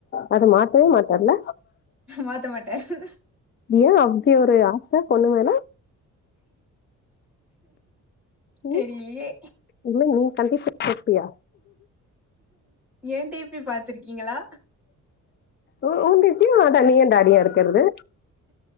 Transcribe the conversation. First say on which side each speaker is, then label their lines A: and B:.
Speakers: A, on the left; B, in the centre.
A: அத மாத்தவே மாட்டாருல
B: மாத்த மாட்டாரு.
A: ஏன் அப்டி ஒரு ஆச பொண்ணு மேல
B: தெரிலியே
A: ம் இல்ல நீ கண்டிஷன் போட்டியா
B: எ டி பி பாத்திருக்கீங்களா
A: உ ஊன்டுட்டு தனியா டாடியா இருக்கறது